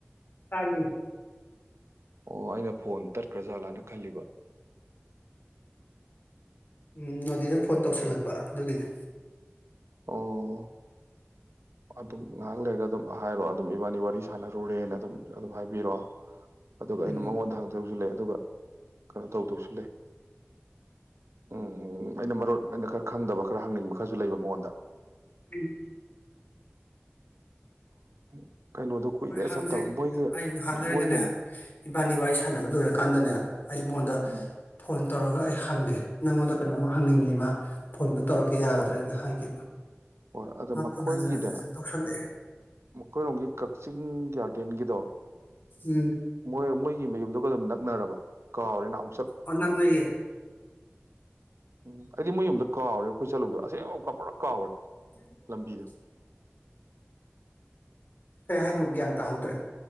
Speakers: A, on the left; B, on the right.
A: ꯇꯥꯌꯦ
B: ꯑꯣ ꯑꯩꯅ ꯐꯣꯟ ꯇꯠꯈ꯭ꯔꯥꯖꯥꯠꯂꯥꯅ ꯈꯜꯂꯤꯕ
A: ꯎꯝ ꯅꯣꯗꯤꯅ ꯐꯣꯟ ꯇꯧꯁꯜꯂꯛꯄ ꯑꯗꯨꯒꯤꯅꯦ
B: ꯑꯣ ꯑꯗꯨꯝ ꯉꯥꯏꯍꯥꯛ ꯂꯩꯔꯒ ꯑꯗꯨꯝ ꯍꯥꯏꯔꯣ ꯑꯗꯨꯝ ꯏꯕꯥꯅꯤ ꯋꯥꯔꯤ ꯁꯥꯟꯅꯔꯨꯔꯦꯅ ꯑꯗꯨꯝ ꯑꯗꯨꯝ ꯍꯥꯏꯕꯤꯔꯛꯑꯣ ꯑꯗꯨꯒ
A: ꯎꯝ
B: ꯑꯩꯅ ꯃꯉꯣꯟꯗ ꯍꯪꯗꯣꯏꯕꯁꯨ ꯂ ꯑꯗꯨꯒ ꯀꯩꯅꯣ ꯇꯧꯗꯣꯏꯁꯨ ꯂꯩ ꯎꯝ ꯑꯩꯅ ꯃꯔꯣꯟ ꯑꯩꯅ ꯈꯔ ꯈꯪꯗꯕ ꯈꯔ ꯍꯪꯅꯤꯡꯕ ꯈꯔꯁꯨ ꯂꯩꯕ ꯃꯉꯣꯟꯗ
A: ꯎꯝ
B: <inaudible> ꯀꯨꯏꯔꯦ
A: ꯍꯣꯏ ꯍꯪꯖꯦ
B: ꯆꯠꯇꯕ ꯃꯣꯏꯒꯤ
A: ꯑꯩ ꯉꯍꯥꯛ ꯂꯩꯔꯒꯅꯦ
B: ꯃꯣꯏꯒꯅꯦ
A: ꯏꯕꯥꯅꯤ ꯋꯥꯔꯤ ꯁꯥꯟꯅꯕ ꯂꯣꯏꯔꯀꯥꯟꯗꯅꯦ ꯑꯩ ꯃꯉꯣꯟꯗ
B: ꯎꯝ
A: ꯐꯣꯟ ꯇꯧꯔꯒ ꯑꯩ ꯍꯪꯒꯦ ꯅꯉꯣꯟꯗ ꯀꯩꯅꯣꯝꯃ ꯍꯪꯅꯤꯡꯉꯤ ꯃꯥ ꯐꯣꯟꯗ ꯇꯧꯔꯛꯀꯦ ꯌꯥꯒꯗ꯭ꯔꯥꯅ ꯍꯥꯏꯒꯦꯕ
B: ꯍꯣꯏ ꯑꯗꯣ
A: ꯃꯥ
B: ꯃꯈꯣꯏꯒꯤꯅꯦ
A: ꯐꯣꯟ ꯍꯟꯖꯤꯟ ꯍꯟꯖꯤꯟ ꯁꯨꯝ ꯇꯧꯁꯜꯂꯛꯑꯦ
B: ꯃꯈꯣꯏꯔꯣꯝꯒꯤ ꯀ ꯆꯤꯡ ꯒꯥꯔꯗꯦꯟꯒꯤꯗꯣ <unintelligible>
A: ꯎꯝ
B: ꯃꯩ ꯃꯌꯨꯝꯗꯨꯒ ꯑꯗꯨꯝ ꯅꯛꯅꯔꯕ ꯀꯥꯎꯔꯦ ꯅꯍꯥ
A: ꯑꯣ ꯅꯛꯅꯩꯌꯦ
B: ꯎꯝ ꯑꯩꯗꯤ ꯃꯣꯏ ꯌꯨꯝꯗ ꯀꯥꯎꯔꯦ ꯑꯩꯈꯣꯏ ꯆꯠꯂꯨꯕꯗꯣ ꯑꯁꯦꯡꯕ ꯑꯃꯨꯛꯀ ꯄꯨꯂꯞ ꯀꯥꯎꯔꯦ
A: <unintelligible>
B: ꯂꯝꯕꯤꯗꯣ
A: ꯀꯩ ꯍꯥꯏꯅꯣ ꯒ꯭ꯌꯥꯟ ꯇꯥꯍꯧꯗ꯭ꯔꯦ